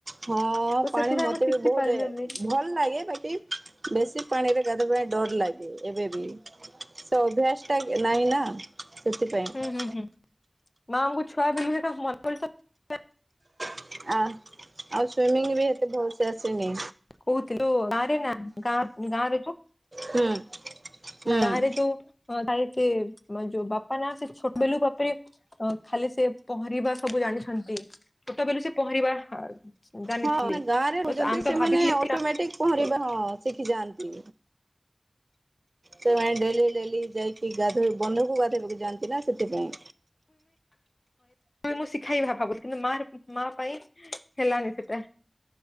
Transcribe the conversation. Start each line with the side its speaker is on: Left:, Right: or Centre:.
Right: ହଁ
Left: ତ
Right: ପାଣି
Left: ସେଥିପାଇଁ
Right: ମତେ
Left: ଆମେ ଶିଖି
Right: ବି ବହୁତେ
Left: ପାରିଲୁନି
Right: ଭଲ ଲାଗେ ବାକି ବେଶୀ ପାଣିରେ ଗାଧେବା ପାଇଁ ଡର ଲାଗେ। ଏବେ ବି ସେ ଅଭ୍ୟାସ ଟା ନାଇଁ ନା। ସେଥିପାଇଁ
Left: ହୁଁ ହୁଁ ହୁଁ ମା ଆମକୁ ଛୁ ବେଲୁ ଏକା। <unintelligible>
Right: ଆ ଆଉ ସ୍ଵିମିଂ ବି ଏତେ ଭଲସେ ଆସେନି।
Left: କହୁଥିଲି ଗାଁରେ ନା ଗାଁ ଗାଁରେ ଯୋ।
Right: ହୁଁ ହୁଁ।
Left: ଗାଁ ରେ ଯୋଉ। <inaudible> ସେ ଯୋଉ ବାପା ନା ସେ ଛୋଟ ବେଲୁ ବାପରେ ଖାଲି ସେ ପହଁରିବା ସବୁ ଜାଣିଛନ୍ତି ଛୋଟ ବେଲୁ ସେ ପହଁରିବା। ଜାଣିଥିଲେ
Right: ହଁ ମାନେ ଗାଁ ରେ ରହୁଛନ୍ତି
Left: ତ ଆମେ
Right: ସେମାନେ।
Left: ତ ଭାବିଥିଲେ
Right: ଅଟୋମେଟିକ ପହଁରିବା ହଁ ଶିଖିଯାଆନ୍ତି। ସେମାନେ ଡେଲି ଡେଲି ଯାଇକି ଗାଧୋଇ ବନ୍ଧୁକୁ ଗାଧୋଇବାକୁ ଯା ନ୍ତିନା ସେଥିପାଇଁ।
Left: ତ ମୁଁ ଶିଖାଇବି ଭାବୁଥିଲ କିନ୍ତୁ ମାର ମା ପାଇଁ ହେଲାନି ସେଟା